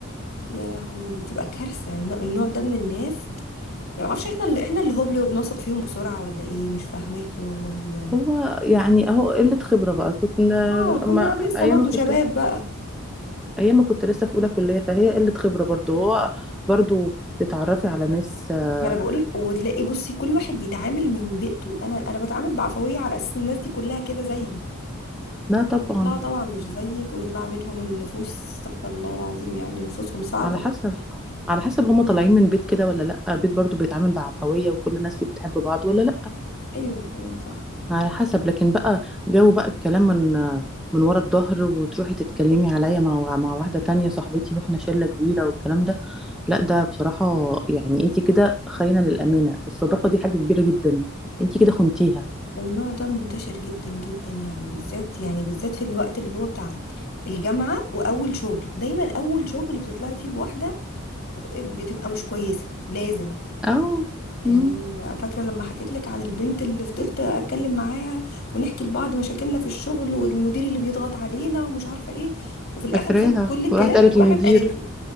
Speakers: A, on the left; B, in the centre.
A: يا لهوي دي تبقى كارثة الن- النوع ده من الناس يعني معرفش احنا اللي احنا اللي هبل وبنثق فيهم بسرعة ولا ايه مش فاهماكي والله يعني
B: هو يعني اهو قلة خبرة بقى كنت
A: اه كنا
B: اما
A: لسه
B: ايام
A: برضو
B: ما كنت
A: شباب بقى
B: ايام ما كنت لسه في اولى كلية فهي قلة خبرة برضو هو برضو تتعرفي على ناس آه،
A: ما انا بقول لك. وتلاقي بصي كل واحد بيتعامل من بيئته انا انا بتعامل بعفوية على اساس الناس دي كلها كده زيي
B: لا طبعا
A: يطلعوا طبعا مش زيك ويطلع منهم النفوس استغفر الله العظيم يعني نفوسهم صعبة
B: على حسب على حسب هما طالعين من بيت كده ولا لا بيت برضو بيتعامل بعفوية وكل الناس فيه بتحب بعض ولا لا
A: ايوه ايوه صح
B: على حسب لكن بقى جو بقى الكلام من من ورا الظهر وتروحي تتكلمي عليا مع مع واحدة تانية صاحبتي واحنا شلة كبيرة والكلام ده لا ده بصراحة يعني انت كده خاينة للأمانة الصداقة دي حاجة كبيرة جدا انت كده خنتيها
A: النوع ده منتشر جدا جدا يعني بالذات يعني بالذات في الوقت اللي هو بتاع الجامعة وأول شغل دايما أول شغل بتطلعي فيه بواحدة بتبقى مش كويسة لازم
B: أو
A: يعني
B: مم،
A: أنا فاكرة لما حكيت لك عن البنت اللي فضلت أتكلم معاها ونحكي لبعض مشاكلنا في الشغل والمدير اللي بيضغط علينا ومش عارفة إيه وفي الآخر
B: فاكراها
A: خدت كل الكلام
B: وراحت قالت
A: وراحت
B: للمدير
A: قالت له